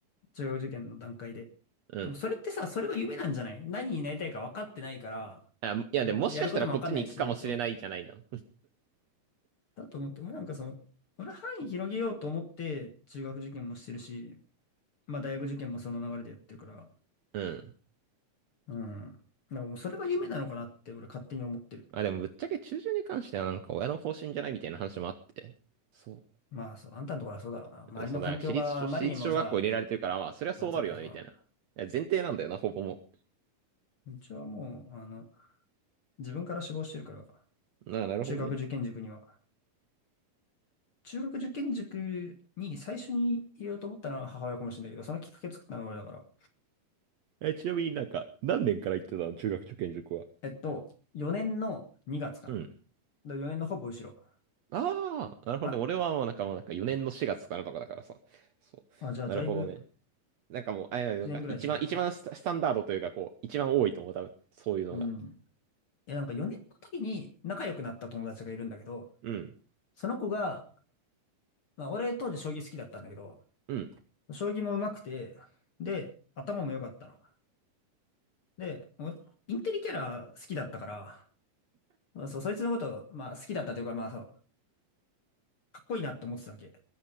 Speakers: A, on the left; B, on the right.
A: 中学受験の段階で。
B: うん。
A: でもそれってさ、それが夢なんじゃない何になりたいか分かってないから、
B: あ、いや、
A: えやることも分かんないし、
B: でももしかしたらこっちに行くかもしれないじゃないの。
A: そう。だと思って、俺なんかその、俺範囲広げようと思って、中学受験もしてるし、まあ大学受験もその流れでやってるから、
B: <laughs> うん。
A: うん。だからもうそれが夢なのかなって俺勝手に思ってる。
B: まあでもぶっちゃけ中旬に関してはなんか親の方針じゃないみたいな話もあって。そう。
A: まあそう、あんたのところはそうだろうな。周りの環境があまりにもさ、
B: うんそうだ、なんか私立小、私立小学校入れられてるから、まあそりゃそうなるよねみたいな。
A: あいつがそうなんだ。
B: いや前提なんだよな、ほぼも
A: うちはもう、あの、自分から志望してるから、
B: う。なあ、なるほどね。
A: 中学受験塾には。中学受験塾に最初に入れようと思ったのは母親かもしれないけど、そのきっかけ作ったのは俺だから。
B: え、ちなみになんか、何年から行ってたの中学受験塾は。
A: えっと、4年の2月かな。
B: うん。
A: だ4年のほぼ後ろ。
B: ああ、なるほどね。
A: あ
B: 俺はもうなんかもうなんか4年の4月からとかだからさ。
A: うんうん
B: そう。
A: あ、じゃあだいぶ
B: なるほどね。なんかもう、あ、いやなんか一番、
A: 1年ぐらい違うのか。
B: 一番スタ、スタンダードというかこう、一番多いと思う、多分。そういうのが。
A: うん。いや、なんか4年の時に仲良くなった友達がいるんだけど、
B: うん。
A: その子が、まあ、俺当時将棋好きだったんだけど、
B: うん。
A: 将棋も上手くて、で、頭も良かったの。で、おインテリキャラ好きだったから、まあそう、そいつのこと、まあ好きだったというか、まあそう、かっこいいなって思ってたわけ。